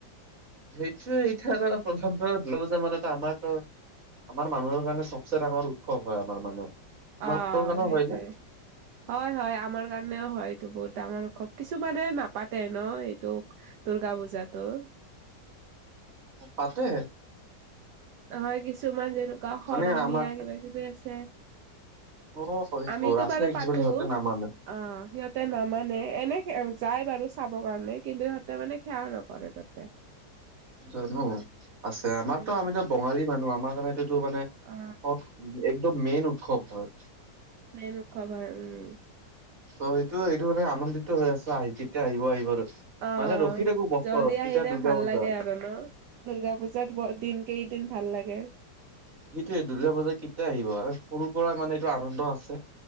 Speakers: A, on the right (about 40°); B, on the right (about 70°).
A: সেইটোয়ে এতিয়া প্ৰথমত দুটা বজা মানত আমাৰত আমাৰ মানুহৰ কাৰণে চবচে ডাঙৰ উৎসৱ হয় আমাৰ মানে। তোমালোকৰ
B: অ
A: কাৰণেও
B: সেইটোৱে,
A: হয় নে?
B: হয় হয় আমাৰ কাৰণেও হয় এইটো বহুত ডাঙৰ উৎসৱ, কিছুমানে নাপাতে ন এইটো দুৰ্গা পূজাটো।
A: পাতে।
B: নহয় কিছুমান যেনেকুৱা শৰণীয়া
A: মানে আমাক
B: কিবা কিবি আছে,
A: অ' সেইবোৰ
B: আমিতো
A: আছে
B: বাৰু
A: কিছুমান
B: পাতোঁ,
A: সিহঁতে নামানে।
B: অ সিহঁতে নামানে এনে যায় বাৰু চাবৰ কাৰণে কিন্তু সিহঁতে মানে সেয়াও নকৰে তাতে।
A: জানোঁ আছে আমাৰতো
B: উম
A: আমিতো বঙালী মানুহ আমাৰ কাৰণে। টো
B: অ
A: এইটো, মেইন উৎসৱ হয়
B: মেইন উৎসৱ হয় উম।
A: হয়তো এইটো মানে আনন্দিত হৈ আছে আহি কেতিয়া আহিব আহিব আৰু
B: অ
A: মানে ৰখি থাকো বছৰত
B: জল্দি
A: কেতিয়া
B: আহিলে
A: দুৰ্গা
B: ভাল
A: পূজা
B: লাগে আৰু ন? দুৰ্গা পূজাত দিন কেইদিন ভাল লাগে
A: সেইটোৱেই দুৰ্গা পূজা কেতিয়া আহিব, আৰু সৰুৰ পৰা মানে এইটো আনন্দ আছে